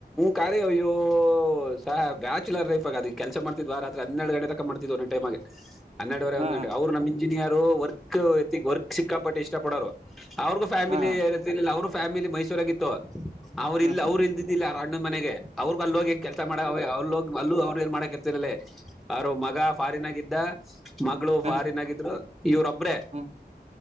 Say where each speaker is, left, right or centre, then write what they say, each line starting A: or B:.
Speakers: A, in the centre; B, on the right.
A: ಕಾರಾರಿ ಅಯ್ಯ ಸಹ ಬ್ಯಾಚುಲರ್ ಲೈಫ್ ಆಗ ಅದ ಕೆಸ ಮಾಡ್ತ ರಾತ್ರಿ ಹನ್ನೆಡು ಗಂಟೆ ತಕ ಮಾಡ್ತಿದ್ದ ಒ ೈಮ್ಗೆ ಹೆರವರೆ
B: ಹಾ
A: ಒಂದು ಗಟೆಗೆ ಅವರು ನಮ ವರ್ಕ್ ವರ್ಕ್ ಸಿಕ್ಕಾಪಟ್ಟು ಇಷ್ಟ ಪಡೋರು ಅವ್ರಿಗೂ ಫ್ಯಾಮಿಲಿ
B: ಹಾ
A: ಅವ್ರ ಫ್ಯಾಮಿಲಿ ಮೈಸೂರಾಗಿಿತ್ತು ಅವ್ರರು
B: ಹಾ
A: ಇಲ್ ಅವರು ಇಲ್ದಿದ್ದಿಲ್ಲ ಅಣ್ಣಂದ್ ಮನೆಗೆ ಅವ್ರರು ಅಲ್ಲೋಗಿ ಕೆಲಸ ಮಾಡ ಅವ್ರೋಗ ಅಲ್ಲೂ ಅವ್ರ ಏನ್ ಮಾಡಕರ್ತಿಿಲ್ಲ ಅವರು ಮಗ ಫಾರಿನಗಿದ್ದ ಮಗಳು
B: ಹಾ
A: ಫಾರಿನಗಿದ್ದ ಇವ್ರೊಬ್ರೇ
B: ಹ್ಮ